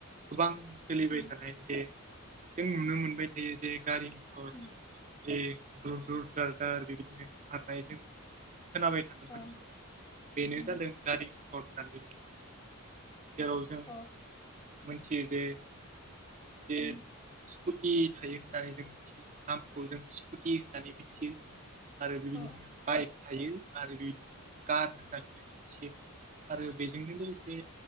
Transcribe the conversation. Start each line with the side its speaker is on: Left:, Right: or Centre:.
Right: गोबां सोलिबाय
Left: उम
Right: थानाय जे जों नुनो मोनबाय जे जे गारि मथर
Left: उम
Right: जे दुर दुर दार दार बेबायदिनो खारनायजों खोनाबाय थानो
Left: अ
Right: मोनदों बेनो
Left: उम
Right: जादों गारि मथर होननानै जेराव जों
Left: अ
Right: मिथियो जे जे
Left: उम
Right: स्कुटि थायो होननानै जों मिथियो नामखौ जों स्कुटि होननानै मिथियो। आरो बेबायदिनो
Left: अ
Right: बाइक थायो आरो बेबायदिनो कार होननानै मिथियो। आरो बेजोंनो लोगोसे